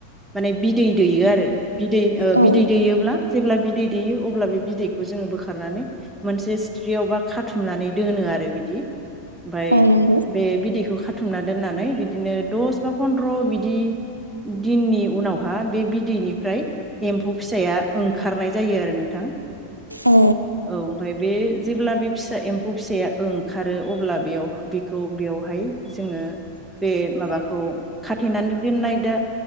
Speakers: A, in the centre; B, on the right.
A: माने बिदै दैयो आरो बिदै ओ
B: औ
A: बिदै दैयोब्ला जेब्ला बिदै दैयो अब्ला बे बिदैखौ जोङो बोखारनानै मोनसे सिथ्रियावबा खाथुमनानै दोनो आरो बिदि ओमफ्राय
B: औ नंगौ
A: बे बिदैखौ खाथुमना दोननानै बिदिनो दस बा फन्द्र' बिदि दिननि उनावहा बे बिदैनिफ्राय एम्फौ फिसाया ओंखारनाय जायो आरो नोंथां
B: औ
A: औ ओमफ्राय बे जेब्ला फिसा एम्फौ फिसाया ओंखारो अब्ला बेयाव बे खौ बेवहाय जोङो बे माबाखौ खाथेनानै दोननाय दा